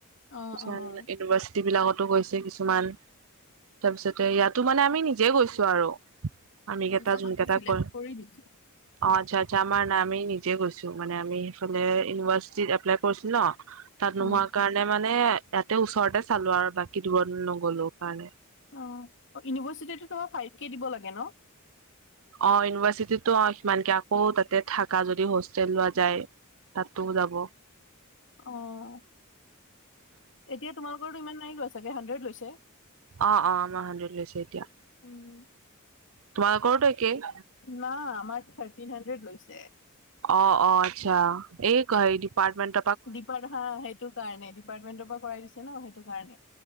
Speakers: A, on the left; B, on the right.
A: অ',
B: কিছুমান
A: অ',
B: ইউনিভাৰ্চ টি বিলাকতো গৈছে কিছুমান, তাৰপিছতে ইয়াতো মানে আমি নিজে গৈছো আৰু। আমি কেইটা
A: ছবক
B: যোন কেইটা
A: চিলেক্ট
B: কৰ
A: কৰি দিছে।
B: অ', আচ্ছা, আচ্ছা আমাৰ নাই, আমি নিজে গৈছো মানে আমি ইফালে ইউভাৰ্চিটিত এপ্লাই কৰিছোঁ ন। তাত
A: অ',
B: নোহোৱা কাৰণে মানে, ইয়াতে ওচৰতে চালো আৰু বাকী দূৰত নগ'লো কাৰণে।
A: অ', ইউনিভাৰ্চিটিটো তোমাৰ ফাইভ কে দিব লাগে ন।
B: অ', ইউনিভাৰ্চিটিতো অ', সিমানকে, আকৌ তাতে থাকা যদি হোষ্টেল লোৱা যায়। তাতো যাব।
A: অ', এতিয়া তোমালোকৰোটো ইমান নাই লোৱা ছাগে হাণ্ড্ৰেড লৈছে।
B: অ', অ', আমাৰ হান্দ্ৰেদ লৈছে এতিয়া।
A: উম।
B: তোমালোকৰতো একেই।
A: না আমাৰ থাৰ্টিন হান্দ্ৰেদ লৈছে।
B: অ', অ', আচ্ছা, এই কেই ডিপাৰ্টমেণ্ট
A: ডিপাৰট হা সেইটো কাৰণে, ডিপাৰ্টমেন্টৰ পৰা কৰাই দিছে ন সেইটো কাৰণে।